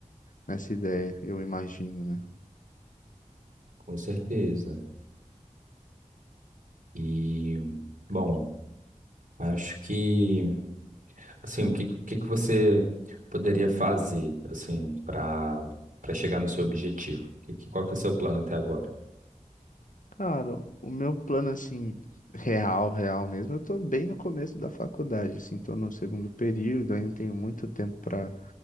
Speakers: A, on the left; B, on the right.
A: nessa ideia, eu imagino, né?
B: Com certeza. E, bom, acho que, assim, o que, o que que você poderia fazer, assim, para para chegar no seu objetivo? Que, que- qual que é o seu plano até agora?
A: Cara, o meu plano, assim, real, real mesmo, eu tô bem no começo da faculdade, assim, tô no segundo período, ainda tenho muito tempo pra,